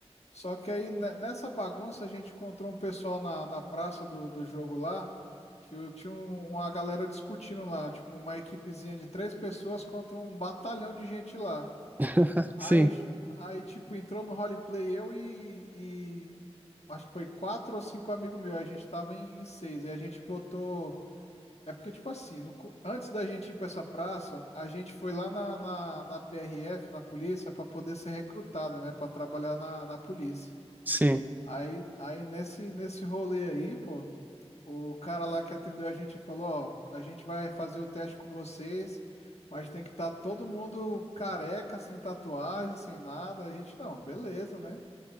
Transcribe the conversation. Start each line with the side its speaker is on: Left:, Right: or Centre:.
Left: Só que aí, ne- nessa bagunça, a gente encontrou um pessoal na, na praça do, do jogo lá, que eu tinha um- uma galera discutindo lá, tipo, uma equipezinha de três pessoas contra um batalhão de gente lá.
Right: <laughs>
Left: Aí,
Right: Sim,
Left: aí, tipo, entrou no roleplay eu e, e acho que foi quatro ou cinco amigos meus. A gente tava em, em seis. E a gente botou. É porque, tipo assim, no co- antes da gente ir pra essa praça, a gente foi lá na, na, na PRF, na polícia, pra poder ser recrutado, né? Pra trabalhar na, na polícia.
Right: sim.
Left: Aí, aí nesse, nesse rolê aí, pô. O cara lá que atendeu a gente falou, ó, a gente vai fazer o teste com vocês, mas tem que estar todo mundo careca, sem tatuagem, sem nada. A gente, não, beleza, né?